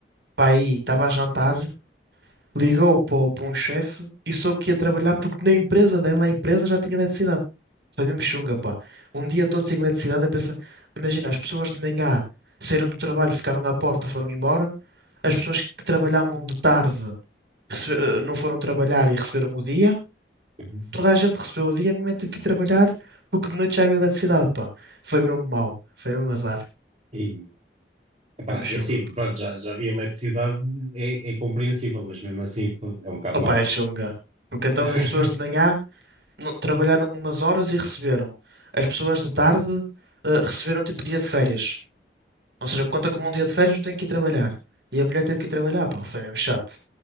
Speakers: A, on the right; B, on the right.
A: pá, aí estava a jantar, ligou para, o- para um chefe e soube que ia trabalhar porque na empresa dela, a empresa já tinha eletricidade. Foi mesmo chunga, pá. Um dia todo sem eletricidade, a pensar. Imagina, as pessoas de manhã saíram do trabalho, ficaram à porta, foram embora. As pessoas que trabalhavam de tarde rece- eh, não foram trabalhar e receberam o dia.
B: Uhum.
A: Toda a gente recebeu o dia, a minha mãe teve que ir trabalhar porque de noite já havia eletricidade, pá. Foi mesmo mau, foi mesmo azar.
B: E, pá,
A: Foi mesmo
B: é
A: chunga,
B: assim,
A: pá.
B: pronto, já, já havia eletricidade, é, é compreensível, mas mesmo assim é um bocado
A: Opa,
B: mau.
A: é chunga. Porque então
B: <laughs>
A: as pessoas de manhã não- trabalharam umas horas e receberam. As pessoas de tarde eh, receberam tipo dia de férias. Ou seja, conta como um dia de férias, não tenho que ir trabalhar. E a mulher teve que ir trabalhar, pá, foi mesmo chato.